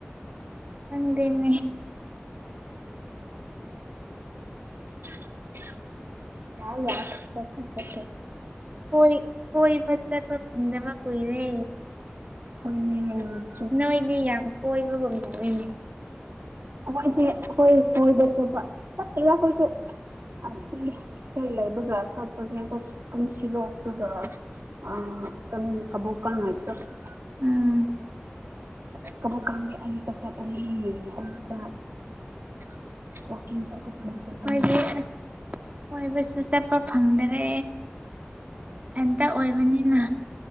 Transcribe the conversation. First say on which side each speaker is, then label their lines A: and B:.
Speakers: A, on the right; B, on the right.
A: ꯈꯪꯗꯦꯅꯦ
B: <unintelligible>
A: ꯀꯣꯏ ꯀꯣꯏ ꯆꯠꯇ ꯐꯗ ꯀꯨꯏꯔꯦ
B: <unintelligible>
A: ꯅꯣꯏꯗꯤ ꯌꯥꯝ ꯀꯣꯏꯕꯒꯨꯝ ꯇꯧꯏꯅꯦ
B: ꯑꯈꯣꯏꯗꯤ ꯑꯈꯣꯏ ꯀꯣꯏꯕꯥ ꯆꯠꯄꯥ ꯆꯠꯇꯦꯗꯥ ꯑꯩꯈꯣꯏꯁꯨ <unintelligible> <unintelligible>
A: ꯎꯝ
B: <unintelligible> <unintelligible>
A: ꯑꯩꯈꯣꯏꯗꯤ ꯑꯁ ꯀꯣꯏꯕꯁꯨ ꯆꯠꯄ ꯐꯪꯗꯔꯦ ꯏꯊꯟꯇ ꯑꯣꯏꯕꯅꯤꯅ